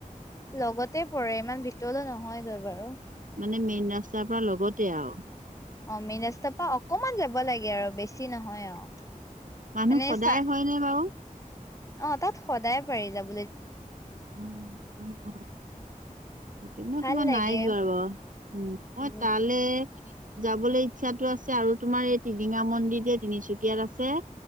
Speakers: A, on the left (about 20°); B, on the right (about 65°).
A: লগতে পৰে ইমান ভিতৰলৈ নহয়গৈ বাৰু
B: মানে মেইন ৰাস্তাৰ পৰা লগতে আৰু
A: অ মেইন ৰা তপা অকমান যাব লাগে আৰু বেছি নহয় অ মানে
B: মানুহ সদায়
A: চাই।
B: হয়নে বাৰু
A: অ তাত সদায় পাৰি যাব।
B: উম। মই
A: ভাল
B: তোমাৰ নাই
A: লাগে।
B: যোৱা বাৰু উ মই
A: উম
B: তালে। যাবলৈ ইচ্ছাতটো আছে আৰু তোমাৰ এই টিলিঙা মন্দিৰ যে তিনিচুকীয়াত আছে,